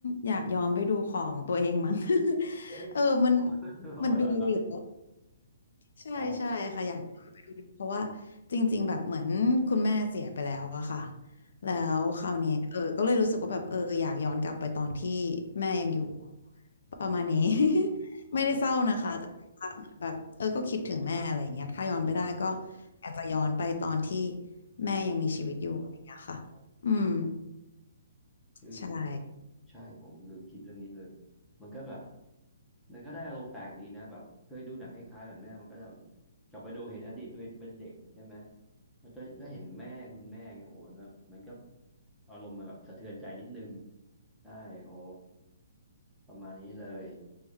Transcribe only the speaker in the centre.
เอ๊ะอ๋
<laughs> อเหรอครับ
อ๋อ
อ๋อ
อืม
อ๋อ
อืม
อืมอ๋อ คือผมใช่ผมลืมคิดเรื่องนี้เลย
มันก็แบบมันก็ได้อารมณ์แปลกดีนะแบบเคยดูหนังคล้ายๆแบบเนี้ยมันก็จะแบบกลับไปดูเห็นอดีตตัวเองเป็นเด็กใช่ไหมมันจะแล้วเห็นแม่คุณแม่เงี้ยโอ้มันก็มันก็อารมณ์มันแบบสะเทือนใจนิดนึงใช่โอ้ประมาณนี้เลย